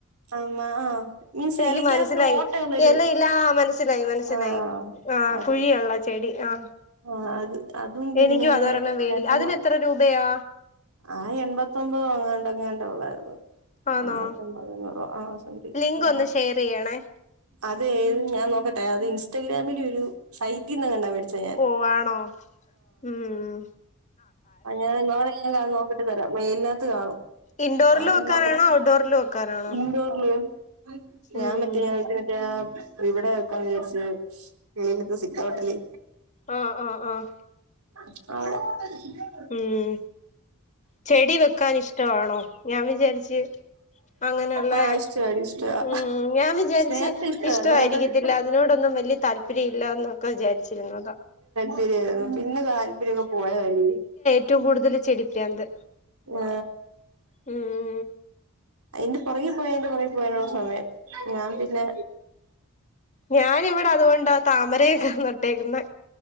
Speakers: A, on the right; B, on the left.
A: ആഹ് ആഹ് മീൻസ്
B: എനിക്ക്
A: ഇലക്കകത്ത്
B: മന സ്സിലായി
A: ഓട്ടയുള്ളൊരു
B: എന്നില്ലാ മനസ്സിലായി മനസ്സിലായി
A: ആഹ്
B: ആ
A: അത്
B: കുഴിയുള്ള ചെടി ആഹ്
A: ആഹ് അത് അതും പിന്നെ
B: എനിക്കും അതൊരണ്ണം മേടിക്കാ
A: രണ്ട്
B: അതിനെത്ര
A: മൂന്ന്
B: രൂപയാ
A: ആ എൺപത്തൊമ്പതൊ അങ്ങാണ്ടങ്ങാണ്ടോ ഒള്ളാരുന്നു
B: ആണോ
A: എൺപത്തോമ്പത് അഞ്ഞൂറോ ആഹ് സമ്തിങ്
B: ലിങ്ക്
A: ആഹ്
B: ഒന്ന് ഷെയർ ചെയ്യണേ
A: അതെ ഞാൻ നോക്കട്ടെ അത് ഇൻസ്റ്റാഗ്രാമിലൊരു സൈറ്റിന്നെ ങ്ങാണ്ടാ മേടിച്ചെ ഞാൻ
B: ഓ ആണോ ഉം ഉം
A: അത് ഞാൻ <unintelligible> നോക്കിട്ട് തരാം മെയിലിനത്ത് കാണും
B: ഇൻഡോറിൽ
A: പഴം
B: വെക്കാനാണോ
A: നോക്കട്ടെ
B: ഔട്ട്ഡോറിൽ വെക്കാനാണോ
A: ഇൻഡോറില് ഞാൻ
B: ഉം
A: മറ്റെ അത് <unintelligible> ഇവിടെ വെക്കാന്ന് വിചാരിച്ച് വെളിയിലെത്തെ സിറ്റോട്ടില്
B: ആഹ് ആഹ് ആഹ്
A: അവ്ടെ
B: ഉം ചെടി വെക്കാൻ ഇഷ്ടആണോ ഞാൻ വിചാരിച്ച് അങ്ങനുള്ളെ
A: ആ ഇഷ്ടവാടി ഇഷ്ടവാ
B: ഉം ഞാൻ വിചാരിച്ച്
A: നേരത്തെ ഇഷ്ടായിരുന്നു
B: ഇഷ്ടവായിരിക്കത്തില്ല
A: കേട്ടോ ഇപ്പം
B: അതിനോടൊന്നും വല്ല്യ താല്പര്യം ഇല്ലന്നൊക്കെ വിചാരിച്ചിരുന്നതാ
A: തെര്ന്നു പിന്നെ താല്പര്യോക്കെ പോയതാടി
B: എറ്റോം കൂടുതല് ചെടി പ്രാന്ത്
A: ആ
B: ഉം
A: അയ്ന്റെ പൊറകെ പോയ അയ്ന്റെ പൊറകെ പോയാനുള്ള സമയം ഞാൻ പിന്നെ
B: ഞാനിവിടെ അത് കൊണ്ടാ താമരയുംനട്ടേക്കുന്നെ